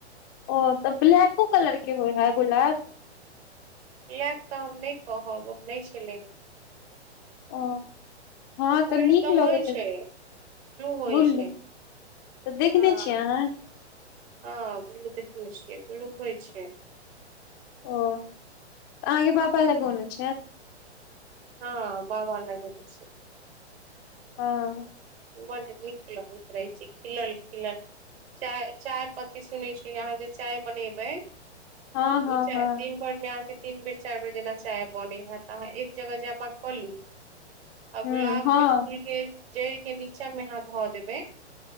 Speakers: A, on the left (about 20°); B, on the right (about 60°).
A: ओ तऽ ब्लैको कलर के होय है गुलाब
B: ब्लैक तऽ हम नहि कहब हम नहि छलै
A: ओ हँ तऽ
B: ब्लू
A: नीक लगैत
B: होइ छै
A: ह
B: होइ
A: ब्लू
B: छै
A: तऽ देखने
B: हँ
A: छियै अहाँ
B: हँ देखने छ गलो होइ छै
A: ओ अहाँके पापा लग बोन छैल
B: हँ बाबा लगेने छै
A: हँ
B: बड निक लगैत रहै छै खिलल खिलल चाय चाय पत्ती सुनै छी अहाँ जे चाय बनेबै
A: हँ हँ
B: ऊ छै
A: हँ
B: दिन भरि मे आके तीन बेर चारि बेर जेना चाय बनै है तऽ अहाँ एक जगह जमा कऽ लू आ
A: ह हँ
B: गुलाबके
A: हँ
B: फूलके जड़िके नीचाँमे अहाँ धऽ देबै